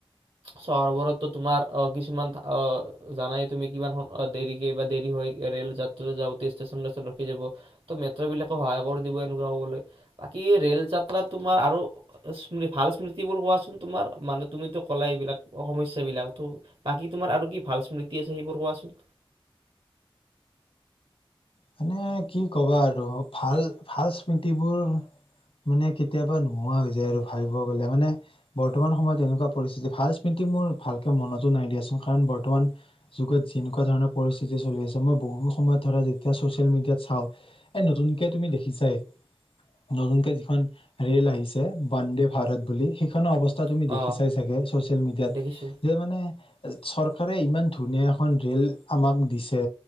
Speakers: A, on the right; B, on the left.
A: চহৰবোৰতো তোমাৰ অ কিছুমান অ জানাই তুমি কিমান হক দেৰিকে বা দেৰি হয় ৰেল যাত্ৰী যাওঁতে ষ্টেচন ষ্টেচনে ৰখি যাব ত মেট্ৰ বিলাকে সহায় কৰি দিব এনেকুৱা কবলৈ বাকী ৰে'ল যাত্ৰাত তোমাৰ আৰু ভাল স্মৃতিবোৰ কোৱাচোন তোমাৰ মানে তুমিতো কলা এইবিলাক সমস্যাবিলাকতো ত বাকী তোমাৰ আৰু কি ভাল স্মৃতি আছে সেইবোৰ কোৱাচোন?
B: মানে কি ক'বা আৰু ভাল ভাল স্মৃতিবোৰ মানে কেতিয়াবা নোহোৱা হৈ যায় আৰু ভাবিব গলে মানে বৰ্তমান সময়ত এনেকুৱা পৰিস্থিতি ভাল স্মৃতি মোৰ ভালকে মনতো নাই দিয়াচোন কাৰণ বৰ্তমান যুগত যেনেকুৱা ধৰণৰ পৰিস্থিতি চলি আছে মই বহু সময়ত ধৰা এতিয়া চচিয়েল মিডিয়াত চাও, এই নতুনকে তুমি দেখিছাই নতুনকে যিখন ৰেল আহিছে বন্দে ভাৰত বুলি সেইখনৰ অৱস্থা তা তুমি
A: অ
B: দেখি চাই চাগে চচিয়েল মিডিয়াত
A: দেখিছো
B: যে মানে চৰকাৰে ইমান ধুনীয়া এখন ৰেল আমাক দিছে